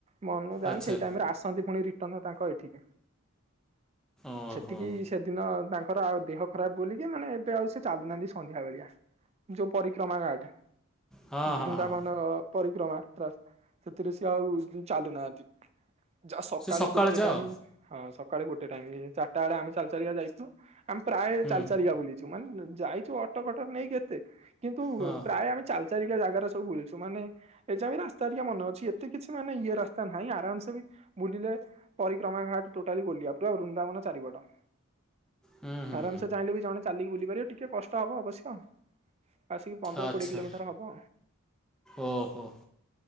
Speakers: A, on the right; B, in the centre.
A: ମନ ଯା
B: ଆଚ୍ଛା
A: ସେଇ ଟାଇମରେ ଆସନ୍ତି ପୁଣି ରିଟର୍ନ ତାଙ୍କ ଏଠିକି
B: ଓହୋ
A: ସେଠିକି ସେଦିନ ତାଙ୍କର ଆଉ ଦେହ ଖରାପ ବୋଲିକି ମାନେ ଏବେ ଆଉ ସେ ଚାଲୁନାହାନ୍ତି ସନ୍ଧ୍ୟା ବେଳିଆ ଯୋଉ ପରି କ୍ରମା ଘାଟ
B: ହଁ
A: ବୃନ୍ଦାବନ
B: ହଁ ହଁ
A: ପରିକ୍ରମା ରାସ୍ତା ସେଥିରେ ସିଏ ଆଉ ଚାଲୁନାହାତି ଯ ସକାଳେ
B: ସେ
A: ଗୋଟେ
B: ଯାଅ
A: ଟାଇମ ହଁ ସକାଳେ ଗୋଟେ ଟାଇମ ଚାରିଟା ବେଳେ ଆମେ ଚାଲଚଲିକା ଯାଇଛୁ ଆମେ ପ୍ରାୟ
B: ହୁଁ
A: ଚାଲିକା ବୁଲିଛୁ ମାନେ ଯାଇଚୁ ଅଟୋ ଫଟ ନେଇକି କେତେ କିନ୍ତୁ
B: ହଁ
A: ପ୍ରାୟ ଆମେ ଚାଲି ଚାଲିକା ଜାଗାରା ସବୁ ବୁଲିଚୁ ମାନେ ଏଇ ଯାଇବି ରାସ୍ତା ଟିକେ ମନେ ଅଛି ଏତେ କିଛି ମାନେ ଇଏ ରାସ୍ତା ନାହିଁ ଆରାମସେ ବି ବୁଲିଲେ ପରିକ୍ରମା ଘାଟ୍ ଟୋଟାଲି ବୁଲିବା ପୁରା ବୃନ୍ଦାବନ ଚାରିପଟ।
B: ହୁଁ ହୁଁ
A: ଆରାମସେ ଚାହିଁଲେ ବି ଜଣେ ଚାଲିକି ବୁଲି ପାରିବେ ଟିକେ କଷ୍ଟ ହବ ଅବଶ୍ୟ। ଆସିକି ପନ୍ଦର
B: ଆଚ୍ଛା
A: କୋଡିଏ କିଲୋମିଟର ହବ।
B: ଓହୋ